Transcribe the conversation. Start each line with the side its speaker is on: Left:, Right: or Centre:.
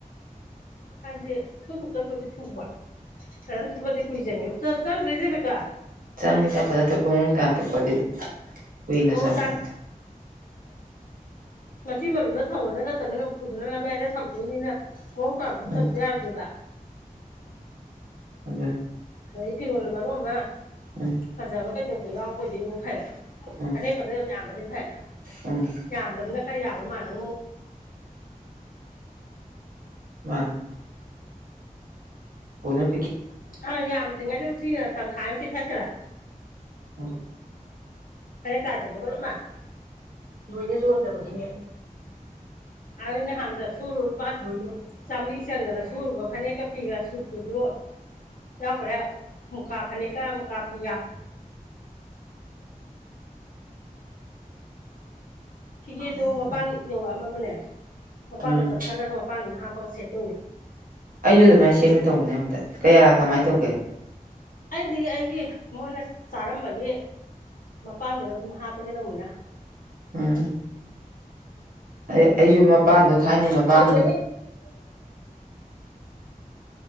Left: ꯑꯗꯦ ꯁ ꯁꯞ ꯇꯝ ꯀꯗꯗꯤ ꯆꯨꯕ ꯀ ꯊꯕꯗꯤ ꯀꯨꯏꯖꯪ ꯆ ꯆꯪꯗ꯭ꯔꯦꯁꯦꯕꯀꯣ
Right: ꯆꯪꯉ ꯆꯪꯄꯗ ꯑꯇꯣꯞꯄ ꯃꯑꯣꯡꯗ ꯑꯇꯣꯞꯄꯗꯤ ꯍꯨꯏꯅꯁꯃ
Left: ꯃꯑꯣꯡ ꯇꯥꯟ ꯃꯁꯤ ꯃꯔꯨꯝꯗ ꯊꯝꯒꯗ ꯅꯠꯇ꯭ꯔꯅꯤꯅ ꯎꯄꯨꯗꯨꯅ ꯂꯝꯌꯥꯏꯗ ꯊꯝꯗꯣꯏꯅꯤꯅ ꯍꯣꯡꯗ ꯑꯗꯨꯠꯇ
Right: ꯎꯝ
Left: ꯌꯥꯔꯗꯨꯏꯕ
Right: ꯑꯗꯨ
Left: ꯑꯗꯩ ꯐꯤꯔꯣꯜꯅ ꯃꯔꯨꯞ ꯑꯃ
Right: ꯎꯝ
Left: ꯐꯖꯕ ꯀꯩꯗꯧꯕ ꯌꯥꯎꯕꯣꯏꯗꯣꯏ ꯐꯩ
Right: ꯎꯝ
Left: ꯐꯅꯦꯛꯀꯗꯣ ꯌꯥꯝ ꯌꯥꯝꯕꯗꯤ ꯐꯩ
Right: ꯎꯝ
Left: ꯌꯥꯝꯗꯕꯅ ꯈꯔ ꯌꯥꯕ ꯃꯥꯥꯟꯅ
Right: ꯃꯥ ꯄꯨꯗ
Left: ꯑ ꯌꯥꯝꯗ꯭ꯔꯤꯉꯩꯗ ꯎ ꯎꯆꯤꯅ ꯇꯪꯈꯥꯏ ꯑꯃꯇꯤꯊꯛꯈ꯭ꯔꯥ
Right: ꯎ
Left: ꯇꯥꯏꯗꯕꯒ ꯂꯣꯏꯃꯛ
Right: ꯂꯣꯏꯅ ꯌꯣꯟꯗꯕꯗꯤꯅꯦ
Left: ꯑ ꯅꯍꯥꯟꯗ ꯁꯨꯔꯨꯨꯄꯥ
Right: ꯂꯣꯏ ꯌꯣꯟꯗꯣꯏꯅꯦ
Left: ꯆꯥꯝꯃꯔꯤ ꯆꯪꯗꯅ ꯁꯨꯔꯨꯕ ꯐꯅꯦꯛꯀ ꯐꯒ ꯁꯨꯛꯇꯗꯣ ꯌꯥꯎꯈ꯭ꯔꯦ ꯃꯨꯀꯥ ꯐꯅꯤꯦꯛꯀ ꯃꯨꯀꯥ ꯐꯤꯒ <inaudible> ꯐꯤꯒꯦꯗꯨ
Right: ꯍꯥꯏꯇꯥꯔꯦ
Left: ꯃꯄꯥꯟ ꯌꯧꯔꯛꯑꯃꯕꯅꯦ ꯃꯄꯥꯟꯗ
Right: ꯎꯝ
Left: ꯆꯞꯊꯠꯂꯒ ꯃꯄꯥꯟ ꯑꯃꯝ ꯍꯥꯞꯄꯒ ꯁꯦꯠꯦ ꯑꯗꯨꯅꯣ
Right: ꯑꯩꯁꯨ ꯑꯗꯨꯃꯥꯏꯅ ꯁꯦꯝꯒꯦ ꯇꯧꯕꯅꯦ ꯑꯨꯛꯇ ꯀꯌꯥ ꯀꯃꯥꯏꯅ ꯇꯧꯒꯦ
Left: ꯑꯩꯗꯤ ꯑꯩꯒꯤ ꯃꯣꯏꯅ ꯆꯥꯔꯝꯕꯒꯤ ꯃꯄꯥꯟꯗꯨꯅ ꯑꯗꯨꯝ ꯍꯥꯞꯄꯒꯦꯗꯧꯅꯤꯅ
Right: ꯎꯝ ꯑꯩꯁꯨ ꯃꯄꯥꯟꯗꯣ ꯊꯥꯏꯅꯩ ꯃꯄꯥꯟꯗ
Left: <inaudible>